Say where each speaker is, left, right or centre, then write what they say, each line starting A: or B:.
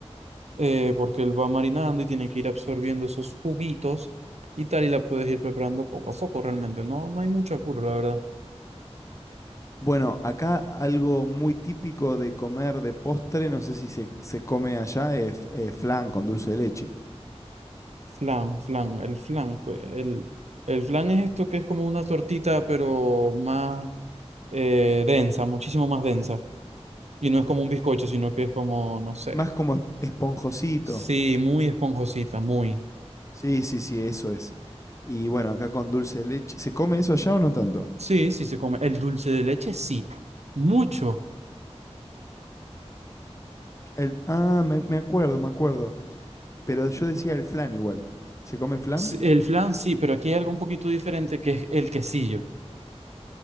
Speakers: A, on the right (about 75°); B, on the left (about 25°).
A: eh, porque él va marinando y tiene que ir absorbiendo esos juguitos y tal, y la puedes ir preparando poco a poco realmente. No, no hay mucho apuro, la verdad.
B: Bueno, acá algo muy típico de comer de postre, no sé si se, se come allá, es eh, flan con dulce de leche.
A: Flan, flan, el flan. pues, El, el flan es esto que es como una tortita, pero más eh, densa, muchísimo más densa. Y no es como un bizcocho, sino que es como, no sé.
B: Más como es- esponjosito.
A: Sí, muy esponjosita, muy.
B: Sí, sí, sí, eso es. Y bueno, acá con dulce de leche. ¿Se come eso allá o no tanto?
A: Sí, sí se come. El dulce de leche, sí. Mucho.
B: El, ah, me, me acuerdo, me acuerdo. Pero yo decía el flan igual. ¿Se come flan?
A: Sí, El flan, sí, pero aquí hay algo un poquito diferente que es el quesillo.